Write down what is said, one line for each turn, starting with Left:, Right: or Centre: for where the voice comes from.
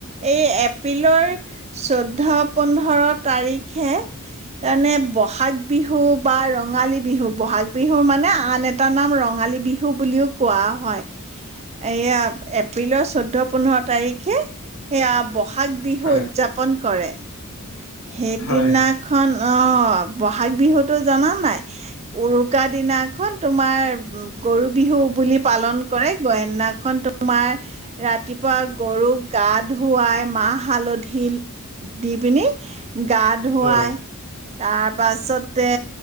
Right: এই এপ, এপ্ৰিলৰ চৈধ্য-পোন্ধৰ তাৰিখে তাৰমানে বহাগ বিহু বা ৰঙালী বিহু ব'হাগ বিহুৰ মানে আন এটা নাম ৰঙালী বিহু বুলিও কোৱা হয়, এইয়া এপ্ৰিলৰ চৈধ্য-পোন্ধৰ তাৰিখে সেয়া ব'হাগ বিহু
Left: হয়
Right: উদযাপন কৰে। সেইদিনাখন
Left: হয় হয়
Right: অঁ', ব'হাগ বিহুতো জানা নাই উৰুকা দিনাখন তোমাৰ গৰু বিহু বুলি পালন কৰে। সদিনাখন তোমাৰ ৰাতিপুৱা গৰুক গা ধুৱাই মাহ হালধি দি পিনি <inaudible> গা-ধুৱাই
Left: হয়
Right: তাৰ পাছতে